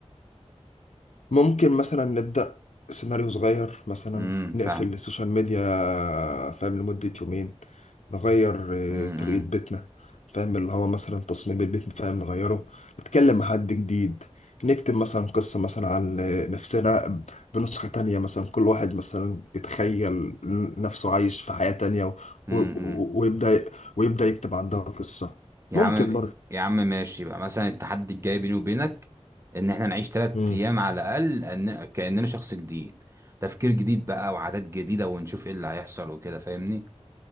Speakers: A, on the left; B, on the right.
A: ممكن مثلا نبدأ سيناريو صغير مثلا
B: امم
A: نقفل
B: فاهم
A: السوشيال ميديا فاهم لمدة يومين نغير
B: امم
A: آه، طريقة بيتنا فاهم اللي هو مثلا تصميم البيت فاهم نغيره نتكلم مع حد جديد نكتب مثلا قصة مثلا عن آه، نفسنا ب- بنسخة تانية مثلا كل واحد مثلا يتخيل نفسه عايش في حياة تانية و-
B: امم،
A: و- و-
B: امم.
A: ويبدأ ويبدأ يكتب عندها قصة
B: يا
A: ممكن
B: عم يا عم ماشي بقى مثلا التحدي الجاي بيني وبينك ان احنا نعيش تلات
A: برضه
B: ايام على الاقل أن... كاننا شخص جديد تفكير جديد بقى وعادات جديده ونشوف ايه اللي هيحصل وكده فاهمني